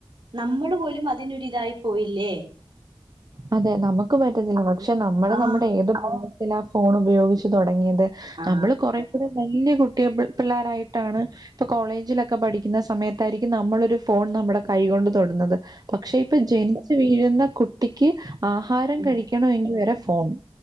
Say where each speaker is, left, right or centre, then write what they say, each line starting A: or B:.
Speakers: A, on the right; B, on the right.
A: നമ്മൾ പോലും അതിന്റെ ഒരു ഇതായി പോയില്ലേ.
B: അതെ നമുക്ക് പറ്റത്തില്ല. പക്ഷെ നമ്മള്
A: ആ
B: നമ്മുടെ ഏത് ഭാഗത്തിലാ ആ ഫോൺ ഉപയോഗിച്ച് തുടങ്ങിയത്.
A: ആ
B: നമ്മള് കുറെ കൂടെ വല്യ കുട്ടിയ പിള്ളോരായിട്ടാണ് ഇപ്പൊ കോളേജിലൊക്കെ പഠിക്കുന്ന സമയത്തായിരിക്കും നമ്മളൊരു ഫോൺ നമ്മുടെ കൈകൊണ്ട് തൊടുന്നത്. പക്ഷെ ഇപ്പൊ ജനിച്ചു വീഴുന്ന കുട്ടിക്ക് ആഹാരം
A: ഉം.
B: കഴിക്കണങ്കിൽ വരെ ഫോൺ.